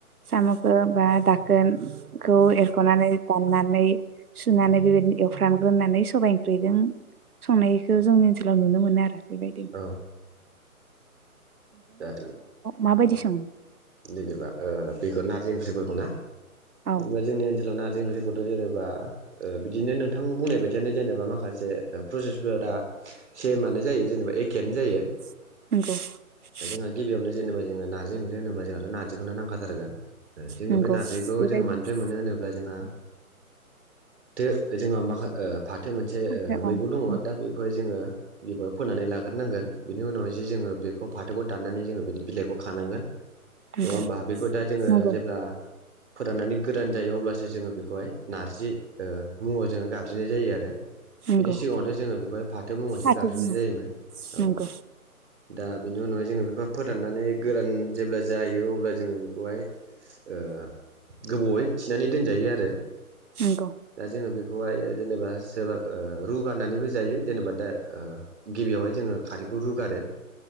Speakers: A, on the right; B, on the right.
A: सामखौ बा दाखोनखौ एरखनानै दाननानै सुनानै
B: उम
A: बेबायदिनो रानग्रोनानै सबाइ ओंख्रि दों संनायखौ जोंनि ओनसोलाव नुनो मोनो आरो बेबायदिन
B: औ दाथ
A: माबायदि
B: औ
A: सङो
B: जेनेबा ओ बेखौ नारजि ओंख्रि <unintelligible>
A: औ
B: जेनेबा जोंनि ओनसोल नारजि ओंख्रिखौथ जेनेबा ओ बिदिनो नोंथां बुंनाय बायदि बिदिनो जेनेबा माखासे ओ प्रसेसफोरा दा सेमानो जायो जेनेबा एखेआनो जायो।
A: <inaudible>
B: जोंहा गिबियावनो जेनबा जोंङो नारजि ओंख्रि होनोबा जोंहाथ' नारजिखौनो नांखाथारगोन। जोंङो
A: नंगौ
B: बे नारजिखौ
A: बेबायदिनोसो
B: जोंङो मानिफ्राय मोनो होनोब्ला जोंहा। दो जोंहा माखा ओ। फाथो मोनसे
A: फाथो
B: ओ मैगं
A: औ
B: दङ
A: नंगौ
B: दा बेखौहाय जोंङो गब फोनानै लाग्रोनांगोन बिनि उनावहाय जे जोङो बे। खौ फाथोग दाननानै जोंङो बिदि बिलाइखौ खानांगोन।
A: नंगौ
B: नङा होमबा बेखौ दा जोंङो
A: नंगौ
B: जेब्ला। फोदाननानै गोदान जायो अब्लासो जोंङो बेखौहाय नारजि ओ मुंङाव जोंङो गाबज्रिनाय जायो आरो।
A: नंगौ
B: बिनि सिगाङावथ' जोङो बेखौहाय फाथो मुंयैसो
A: फाथो
B: गाबज्रिनाय
A: बुङो
B: जायोमोन
A: नंगौ
B: औ दा बेनि उनाव जोङो बेखौहाय फोराननानै गोरान जेब्ला जायो अब्ला जोङो बेखौहाय ओ गोबावहाय थि नानै दोनजायो आरो।
A: नंगौ
B: दा जोङो बेखौहाय ओ जेनेबा सोरबा ओ रुगारनानैबो जायो जेनेबा दा ओ गिबियावहाय जोङो खारैखौ रुगारो।